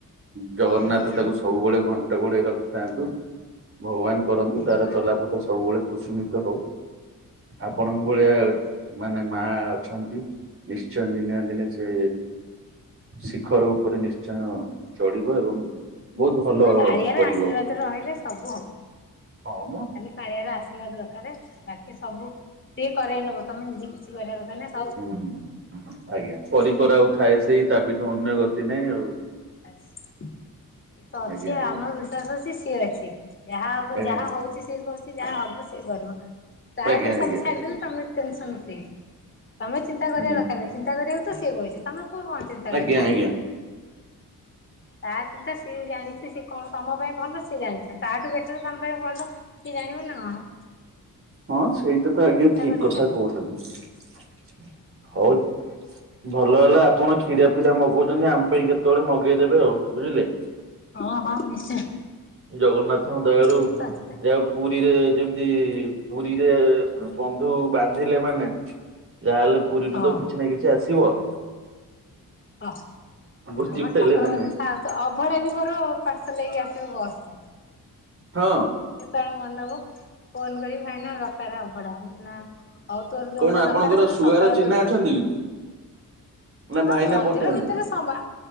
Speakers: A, on the right; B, on the left.
A: ଜଗନ୍ନାଥ
B: ଆଜ୍ଞା।
A: ତାକୁ ସବୁବେଳେ ଘଣ୍ଟ ଘୋଡେଇ ରଖିଥାନ୍ତୁ। ଭଗବାନ କରନ୍ତୁ
B: ଆଜ୍ଞା।
A: ତାର ଚଲାପଥ ସବୁବେଳେ କୁଶୁମିତ ହଉ। ଆପଣଙ୍କ ଭଳିଆ ମାନେ ମା ଅଛନ୍ତି। ନିଶ୍ଚୟ ଦିନେ ନା ଦିନେ ସେ ଶିଖର ଉପରେ ନିଶ୍ଚୟ ଚଢିବ ଏବଂ ବହୁତ ଭଲ
B: ଗାଳିଆର
A: ପଢିବ
B: ଆଶୀର୍ବାଦ ରହିଲେ ସବୁ ହବ।
A: ହଁ ମ
B: ଖାଲି କାଳିଆର ଆଶୀର୍ବାଦ ଦରକାର ବାକି ସବୁ ସିଏ କରେଇ ନବ ତମେ ନିଜେ କିଛି କରିବା ଦରକାର ନା।
A: ହୁଁ ଆଜ୍ଞା କରି କରାଉ
B: ନା।
A: ଥାଏ ସେଇ ସେଇ ତା ବିଠୁ ଅନ୍ୟ ଗତି ନାହିଁ ଆଉ।
B: ସିଏ ତ ଅଛି
A: ଆଜ୍ଞା ଆଜ୍ଞା
B: ଆମର ବିଶ୍ୱାସ ଅଛି ସିଏ ଅଛି ଯାହା ହବ
A: ଆଜ୍ଞା
B: ଯାହା ହଉଛି। ଏ କରୁଛି ଯାହା ହବ ସିଏ କରିବ ତାପରେ
A: ଆଜ୍ଞା ଆଜ୍ଞା
B: ସବୁ ଛାଡିଦେଲେ
A: ଆଜ୍ଞା
B: ତମେ ଟେନ୍ସନ୍ ଫ୍ରି। ତମେ ଚିନ୍ତା
A: ହୁଁ
B: କରିବା ଦରକାର ନାହିଁ ଚିନ୍ତା କରିବାକୁ ତ ସିଏ ବଇଚି ତମେ କଣ କଣ ଚିନ୍ତା
A: ଆଜ୍ଞା
B: କରିବ।
A: ଆଜ୍ଞା।
B: ତା ଚିନ୍ତା ସିଏ ଜାଣିଚି ସିଏ କଣ ତମ ପାଇଁ ଭଲ ସିଏ ଜାଣିଛ ତାଠୁ ବ। <unintelligible> କିଏ ଜାଣିବନି ନା କଣ।
A: ହଁ ସେଇଟା
B: ଆଉ
A: ତ ଆଜ୍ଞା
B: ଚିନ୍ତା
A: ଠିକ
B: କରିକି
A: କଥା
B: ଲାଭ
A: କହୁଛନ୍ତି ହଉ। ଭଲ ହେଲା ଆପଣ କ୍ଷୀରା ପିରା ମଗଉଛନ୍ତି ଆମ ପାଇଁ କେତେବେଳେ ମଗେଇଦେବେ ଆଉ ବୁଝିଲେ।
B: ହଁ ହଁ ନିଶ୍ଚୟ
A: ଜଗନ୍ନାଥଙ୍କ ଦୟାରୁ
B: ଆମର ତ ଅଛନ୍ତି।
A: ଯାହା ପୁରୀରେ ଯେମିତି ପୁରୀରେ ବନ୍ଧୁ ବାନ୍ଧିଲେ ମାନେ ଯାହାହେଲେ ପୁରୀରୁ
B: ହଁ
A: ତ କିଛି ନା କିଛି ଆସିବ
B: ଓହ
A: ବୁଝିପାରିଲେ
B: ଆମ ଠାକୁରଙ୍କ
A: ନା ନାଇଁ।
B: ଜିନିଷ ଆସ ଅଭଡ଼ା ବି ମୋର ପାର୍ସଲ ନେଇକି ଆସିବ ବସରେ।
A: ହଁ
B: କେତେବେଳେ ମନେ ହବ ଫୋନ କରିବି ଭାଇନା ଦକରେ ଅବଢ଼ା ନା ହଉ ତୋର ଯୋଉଦିନ
A: କଣ ଆପଣଙ୍କର
B: ଦରକାର ମତେ
A: ଶୁଆର
B: ସକାଳେ
A: ଚିହ୍ନା
B: କହିବୁ
A: ଅଛନ୍ତି
B: ପାର
A: କି? ନା
B: ଆ
A: ଭାଇନା
B: ମନ୍ଦିର
A: ପଠାନ୍ତି
B: ଭିତରେ ସବା